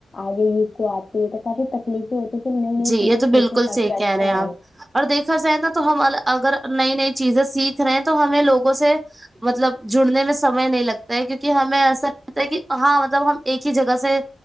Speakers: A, on the left; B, on the right.
A: آگے بھی اس کو آتی ہے تاکہ تکلیفیں ہوتی پھر نئی نئی
B: جی
A: چیزیں
B: یہ تو
A: سیکھو
B: بالکل
A: تاکہ
B: صحیح
A: اچھا
B: کہہ رہے ہیں
A: آئے
B: آپ اور دیکھا جائے نا تو ہم اگر نائے نائے چیزیں سیکھ رہے ہیں تو ہمیں لوگوں سے مطلب جڑنے میں سمئے نہیں لگتا ہے کیونکہ ہمیں ایسا تا ہے کہ ہاں مطلب ہم ایک ہی جگہ سے